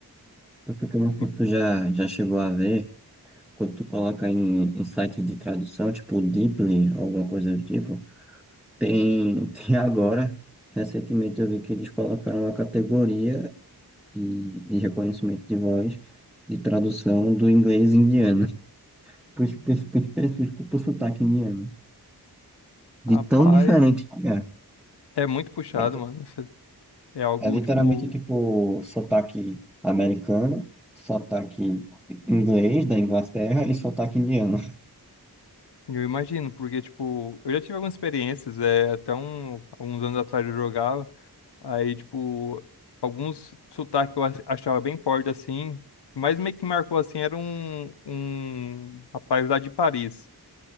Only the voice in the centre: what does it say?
Eu fico- eu não sei
se tu já, já chegou a ver, quando tu coloca em, em site de tradução, tipo Deeply, alguma coisa do tipo, tem, <laughs> tem agora, recentemente eu vi que eles colocaram uma categoria de, de reconhecimento de voz de tradução do inglês indiano, <laughs> por específico pro sotaque indiano, de
tão diferente que é.
É, tipo-
é literalmente
tipo sotaque americano, sotaque inglês da Inglaterra e sotaque indiano.